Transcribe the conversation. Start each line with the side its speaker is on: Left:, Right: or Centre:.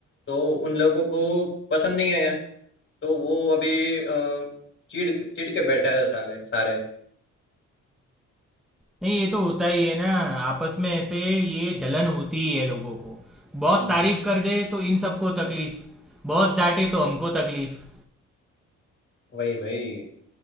Left: तो उन लोगों को पसंद नहीं आया तो वो अभी अ, चिढ़ चिढ़ के बैठे हैं साले सारे
Centre: नहीं ये तो होता ही है ना आपस में ऐसे ये जलन होती ही है लोगों को बॉस
Left: हम्म
Centre: तारीफ कर दे तो इन सबको तकलीफ बॉस डांटे तो हमको तकलीफ
Left: वही वही